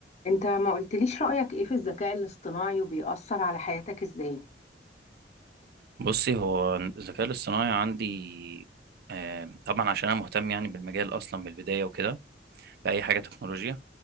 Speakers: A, on the left; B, on the right.
A: انت ما قلتليش رأيك ايه في الذكاء الاصطناعي وبيأثر على حياتك ازاي؟
B: بصي هو الذكاء الاصطناعي عندي آه، طبعا عشان انا مهتم يعني بالمجال اصلا من البدايه وكده باي حاجه تكنولوجيا